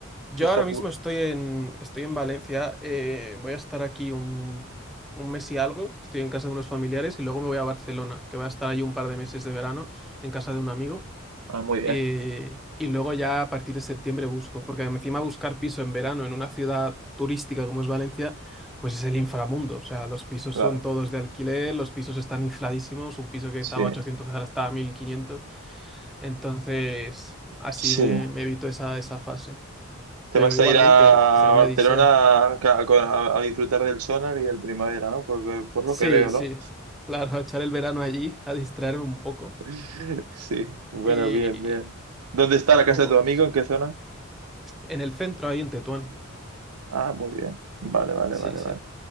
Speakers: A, in the centre; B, on the right.
A: Yo
B: qué estás
A: ahora mismo
B: bu-
A: estoy en, estoy en Valencia. eh, voy a estar aquí un, un mes y algo. Estoy en casa de unos familiares y luego me voy a Barcelona, que voy a estar allí un par de meses de verano en casa de un amigo.
B: Ah, muy bien,
A: eh, y luego ya a partir de septiembre busco, porque encima buscar piso en verano en una ciudad turística como es Valencia, pues es el inframundo. O sea, los pisos
B: claro,
A: son todos de alquiler, los pisos están infladísimos, un piso que
B: sí,
A: estaba a 800 ahora está a mil quinientos Entonces, así
B: sí.
A: me, me evito esa, esa fase.
B: Te
A: Pero
B: vas
A: igualmente,
B: a ir a
A: sea una
B: Barcelona
A: odisea.
B: a, a- a disfrutar del Sonar y del Primavera, ¿no? Por, por lo
A: Sí,
B: que veo,
A: sí,
B: ¿no?
A: claro, <laughs> a echar el verano allí, a distraerme un poco
B: <laughs> Sí, bueno,
A: y,
B: bien, bien. ¿Dónde está
A: y
B: la casa
A: poco
B: de tu
A: más.
B: amigo? ¿En qué zona?
A: En el centro, ahí en Tetuán.
B: Ah, muy bien. Vale, vale,
A: Sí,
B: vale,
A: sí.
B: vale.